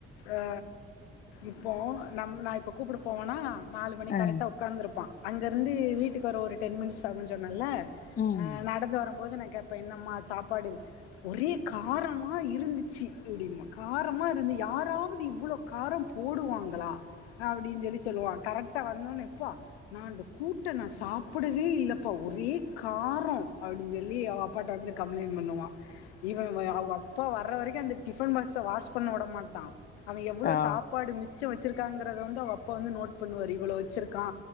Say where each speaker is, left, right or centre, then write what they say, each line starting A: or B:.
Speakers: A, on the left; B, on the left.
A: ஆ இப்போ நம்ம நா இப்ப கூப்பட போவனா நாலு மணி
B: அ
A: கரெக்டா உக்காந்துருப்பா அங்கருந்து வீட்டுக்கு வர ஒரு டென் மினிட்ஸ் ஆகுஞ் சொன்னல்ல
B: ம்
A: ஆ நடந்து வருபோது நா கே ப்பே என்னம்மா சாப்பாடு ஒரே காரமா இருந்துச்சு இப்டிம்பா காரமா இருந்து யாராவுது இவ்ளோ காரோ போடுவாங்களா அப்டின் சொல்லி சொல்லுவா கரெக் டா வந்தோனே எப்பா நா அந்த கூட்ட நா சாப்படவே இல்லப்பா ஒரே காரோ அப்டின் சொல்லி அவ அப்பாட்ட வந்து கம்ப்ளைன் பண்ணுவா இவே வ அவுகப்பா வர்ற வரைக்கு அந்த டிஃபன் பாக்ஸ வாஷ் பண்ணவுட மாட்டா அவே எவ்ளோ
B: ஆ
A: சாப்பாடு மிச்சோ வெச்சிருக்காங்கிறத வந்து அவ அப்பா வந்து நோட் பண்ணுவாரு இவ்ளோ வெச்சிருக்கா